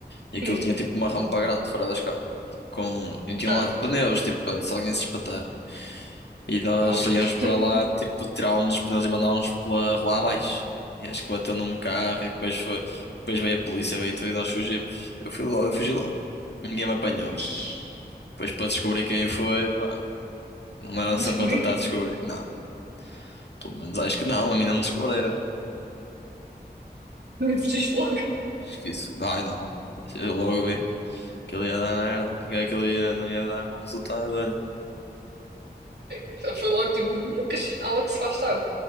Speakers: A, on the left (about 75°); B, on the right (about 70°).
A: E aquilo
B: Hum.
A: tinha tipo uma rampa grande fora da escala. Tipo, com... E tinha
B: Ah,
A: lá pneus, tipo, para se alguém se espatar. E nós
B: ok.
A: íamos para lá, tipo, tirávamos os pneus e mandávamos pela rua abaixo. E acho que bateu num carro e depois foi. Depois veio a polícia, veio tudo e nós fugimos. Eu fui logo, eu fugi logo. Ninguém me apanhou.
B: <laughs>
A: Depois para descobrir quem foi, pá, não eram
B: Vou
A: sempre
B: descobrir?
A: a tentar descobrir. Não, pelo menos acho que não, a mim não me descobriram.
B: Não me fugiste logo.
A: Acho que isso. Ai não, eu logo vi. Aquilo ia dar merda. Aquilo ia, não ia dar bom resultado, olha.
B: Então foi logo tipo, Lucas, há logo que se faz tarde.